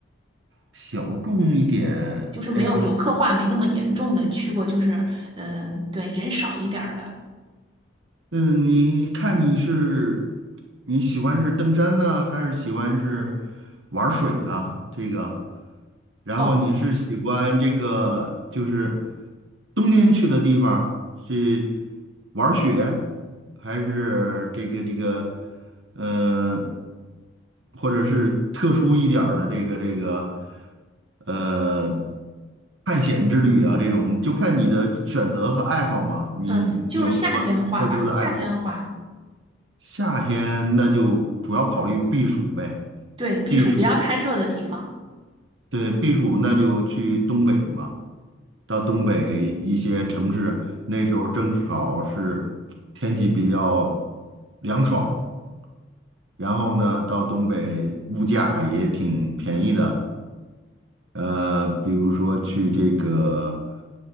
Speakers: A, on the right; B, on the right.
A: 小众一点，
B: 就是没有游客化没那么严重的，
A: 哎呀，
B: 你去过就是嗯、对，人少一点儿的。
A: 嗯，你看你是你喜欢是登山呢，还是喜欢是玩儿水啊？这个，然后你是喜欢这个就是
B: 哦，
A: 冬天去的地方是玩儿雪，还是这个这个呃，或者是特殊一点儿的这个这个呃探险之旅啊？这种就看你的选择和爱好嘛。你有什么？
B: 嗯，就是夏天的话吧，
A: 特殊的爱好，
B: 夏天的话，
A: 夏天那就主要考虑避暑呗。
B: 对，避暑不要太热的地方，
A: 避暑，对，避暑那就去东北嘛，到东北一些城市，那时候正好是天气比较凉爽，然后呢，到东北物价也挺便宜的，呃，比如说去这个